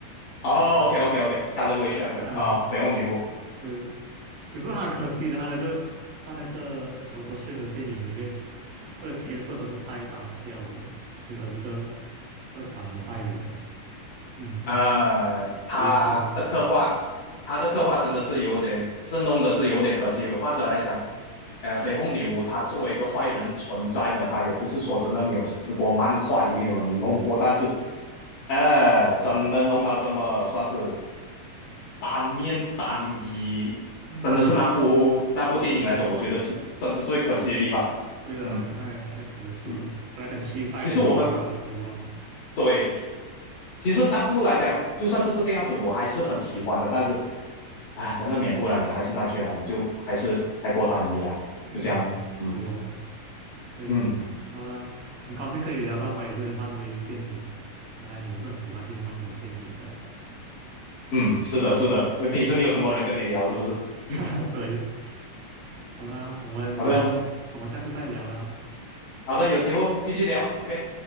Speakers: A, on the left; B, on the right.
A: 哦，OK，OK，OK，Scarlet
B: Scar
A: Witch 那个啊，
B: 啊，
A: 绯红女巫
B: 对，其实很可惜的，他那个在那个《Doctor Strange》的电影里面，他的角色真是太单调了，就变成一个刻板的坏人，嗯，
A: 呃，她的刻画，
B: 有点可惜，
A: 她的刻画真的是有点，是弄的是有点可惜。或者来讲，呃，绯红女巫她作为一个坏人存在呢，她也不是说真的没有试过，漫画里面有弄过，但是呃，真的弄到这么算是单面单一，
B: 嗯，
A: 真的是那部那部电影来讲，
B: 哎，
A: 我觉得是真的最可惜的地方。
B: 对啦，
A: 嗯
B: 哎，太可惜了，
A: 嗯，
B: 本来很期待的，
A: 其实我很
B: 结果让我失望了，
A: 对。其实那部来讲，就算是这个样子，我还是很喜欢的。但是，啊，真的免不了你还是那句了，你就还是太过单一了，
B: 嗯，
A: 就这样。嗯
B: 是咯。哎呦，
A: 嗯
B: 好啦，很高兴可以聊到关于这些漫威电影，原来你也是很喜欢这些漫威电影的，
A: 嗯，是的，是的。那平时没有什么人跟你聊，是不是？
B: <laughs>
A: 嗯，
B: 对，好啦，我们以后我们下次再聊啦，
A: 好的，好的，有机会继续聊。OK，